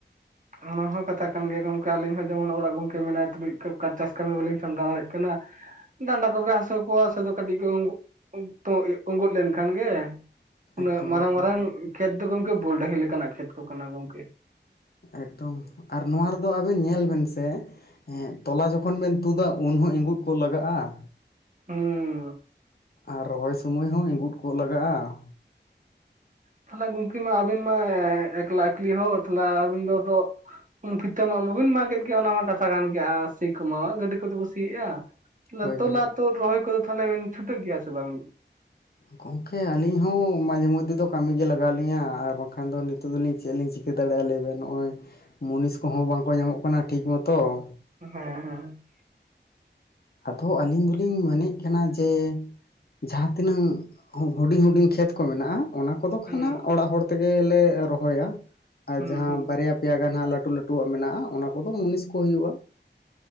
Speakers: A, on the right; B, on the left.
A: ᱚᱱᱟ ᱦᱚᱸ ᱠᱟᱛᱷᱟ ᱠᱟᱱ ᱜᱮᱭᱟ ᱜᱚᱝᱠᱮ ᱟᱞᱤᱧ ᱦᱚᱸ ᱡᱮᱢᱚᱱ ᱚᱲᱟᱜ ᱜᱚᱝᱠᱮ ᱢᱮᱱᱟᱭᱟ ᱛᱩᱞᱩᱡ ᱪᱟᱥ ᱠᱟᱹᱢᱤ ᱵᱟᱹᱞᱤᱧ ᱥᱟᱢᱴᱟᱣ ᱫᱟᱲᱮᱭᱟᱜ ᱠᱟᱱᱟ ᱾ ᱰᱟᱸᱰᱟ ᱠᱚᱜᱮ ᱦᱟᱹᱥᱩ ᱠᱚᱣᱟ ᱥᱩᱫᱩ ᱠᱟᱹᱴᱤᱡ ᱠᱚ ᱳᱜᱳᱫ ᱳᱜᱳᱫ ᱞᱮᱱᱠᱷᱟᱱ ᱜᱮ ᱾ ᱩᱱᱟᱹᱜ
B: ᱮᱠᱫᱚᱢ
A: ᱢᱟᱨᱟᱝ
B: ᱮᱠᱫᱚᱢ
A: ᱢᱟᱨᱟᱝ ᱠᱷᱮᱛ ᱫᱚ ᱜᱚᱝᱠᱮ ᱵᱚᱞᱰᱟᱦᱤ ᱞᱮᱠᱟᱱᱟᱜ ᱠᱷᱮᱛ ᱠᱚ ᱠᱟᱱᱟ ᱜᱚᱝᱠᱮ ᱾
B: ᱮᱠᱫᱚᱢ, ᱟᱨ ᱱᱚᱣᱟ ᱨᱮᱫᱚ ᱟᱵᱮᱱ ᱧᱮᱞ ᱵᱮᱱ ᱥᱮ ᱾ ᱦᱮᱸ ᱛᱚᱞᱟ ᱡᱚᱠᱷᱚᱱ ᱵᱮᱱ ᱛᱩᱫᱟ ᱩᱱ ᱦᱚᱸ ᱤᱸᱜᱩᱫ ᱠᱚᱜ ᱞᱟᱜᱟᱜᱼᱟ ᱾
A: ᱦᱩᱸ᱾
B: ᱟᱨ ᱨᱚᱦᱚᱭ ᱥᱳᱢᱳᱭ ᱦᱚᱸ ᱤᱸᱜᱩᱫ ᱠᱚᱜ ᱞᱟᱜᱟᱜᱼᱟ ᱾
A: ᱛᱟᱦᱞᱮ ᱜᱚᱝᱠᱮ ᱢᱟ ᱟᱹᱵᱤᱱ ᱢᱟ ᱮᱠᱞᱟ ᱮᱠᱞᱤ ᱦᱚᱲ ᱛᱷᱟᱞᱮ ᱟᱵᱤᱱ ᱫᱚ ᱟᱫᱚᱼᱼ ᱵᱷᱤᱛᱟᱹ ᱢᱟᱜ ᱢᱟᱵᱤᱱ ᱢᱟᱜ ᱮᱫ ᱜᱮ ᱚᱱᱟ ᱢᱟ ᱠᱟᱛᱷᱟ ᱠᱟᱱ ᱜᱮᱭᱟ ᱟᱨ ᱥᱤ ᱠᱚᱢᱟ ᱜᱟᱹᱰᱤ ᱠᱚᱛᱮ ᱠᱚ ᱥᱤᱭᱮᱜᱼᱟ ᱾
B: ᱦᱳᱭ
A: ᱛᱚᱞᱟ
B: ᱦᱳᱭ
A: ᱛᱳᱫ ᱨᱚᱦᱚᱭ ᱠᱚᱫᱚ ᱛᱟᱦᱚᱞᱮ ᱵᱤᱱ ᱪᱷᱩᱴᱟᱹᱜ ᱜᱮᱭᱟ ᱥᱮ ᱵᱟᱝ?
B: ᱜᱚᱝᱠᱮ ᱟᱹᱞᱤᱧ ᱦᱚᱸ ᱢᱟᱡᱷᱮ ᱢᱚᱫᱽᱫᱷᱮ ᱫᱚ ᱠᱟᱹᱢᱤ ᱜᱮ ᱞᱟᱜᱟᱣ ᱞᱤᱧᱟᱹ ᱟᱨ ᱵᱟᱝᱠᱷᱟᱱ ᱫᱚ ᱱᱤᱛᱚᱜ ᱫᱚᱞᱤᱧ ᱪᱮᱫ ᱞᱤᱧ ᱪᱤᱼᱼ ᱠᱟᱹ ᱫᱟᱲᱮᱭᱟᱜᱼᱟ ᱞᱮᱵᱮᱱ ᱱᱚᱜᱼᱚᱭ ᱢᱩᱱᱤᱥ ᱠᱚᱦᱚᱸ ᱵᱟᱝᱠᱚ ᱧᱟᱢᱚᱜ ᱠᱟᱱᱟ ᱴᱷᱤᱠ ᱢᱚᱛᱚ ᱾
A: ᱦᱮᱸ ᱦᱮᱸ ᱾
B: ᱟᱫᱚ ᱟᱹᱞᱤᱧ ᱫᱚᱞᱤᱧ ᱢᱮᱱᱮᱫ ᱠᱟᱱᱟ ᱡᱮᱼᱼ ᱡᱟᱦᱟᱸ ᱛᱤᱱᱟᱹᱝ ᱦᱩᱰᱤᱧ ᱦᱩᱰᱤᱧ ᱠᱷᱮᱛ ᱠᱚ ᱢᱮᱱᱟᱜᱼᱟ, ᱚᱱᱟᱼᱼ ᱠᱚᱫᱚ
A: ᱦᱩᱸ
B: ᱠᱷᱚᱱᱟᱜ ᱚᱲᱟᱜ ᱦᱚᱲ ᱛᱮᱜᱮ ᱞᱮ ᱨᱚᱦᱚᱭᱟ ᱟᱨ
A: ᱦᱩᱸ
B: ᱡᱟᱦᱟᱸ
A: ᱦᱩᱸ
B: ᱵᱟᱨᱭᱟᱼᱼ ᱯᱮᱭᱟ ᱜᱟᱱ ᱦᱟᱜ ᱞᱟᱹᱴᱩ ᱞᱟᱹᱴᱩᱣᱟᱜ ᱢᱮᱱᱟᱜᱼᱟ, ᱚᱱᱟ ᱠᱚᱫᱚ ᱢᱩᱱᱤᱥ ᱠᱚ ᱦᱩᱭᱩᱜᱼᱟ ᱾